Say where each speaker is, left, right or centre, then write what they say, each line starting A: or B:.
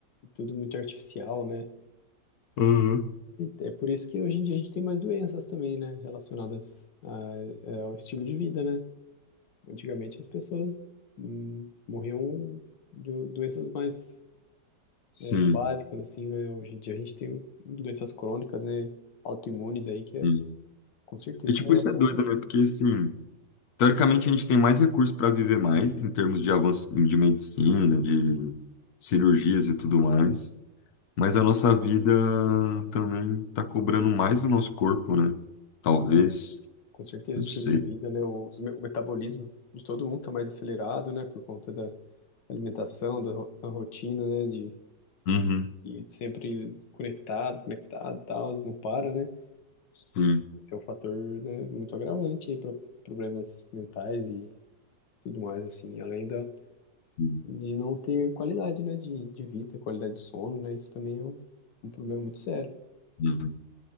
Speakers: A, on the left; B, on the left.
A: tudo muito artificial, né?
B: cara?
A: É, é por isso que hoje em dia a gente tem mais doenças também, né? Relacionadas a- é, ao estilo de vida, né? Antigamente as pessoas hum, morriam de doenças mais
B: Sim,
A: é, básicas, assim, né? Hoje em dia a gente tem doenças crônicas, né? Autoimunes aí, que é,
B: sim.
A: com certeza
B: E, tipo,
A: está relacionado
B: isso é doido,
A: a isso.
B: né? Porque, assim, teoricamente a gente tem mais recursos para viver mais em termos de avanço de medicina, de cirurgias e tudo mais. Mas a nossa vida também tá cobrando mais do nosso corpo, né? Talvez.
A: Isso. Com certeza,
B: Não
A: o estilo
B: sei.
A: de vida, né? O, os me- o metabolismo de todo mundo está mais acelerado, né? Por conta da alimentação, da, ro- da rotina, né? De
B: Uhum.
A: E sempre conectado, conectado e tal, não para, né?
B: Sim.
A: Esse é um fator, né, muito agravante aí para problemas mentais e tudo mais, assim. Além da,
B: Uhum.
A: de não ter qualidade, né, de, de vida, qualidade de sono, né? Isso também é um, um problema muito sério.
B: Uhum.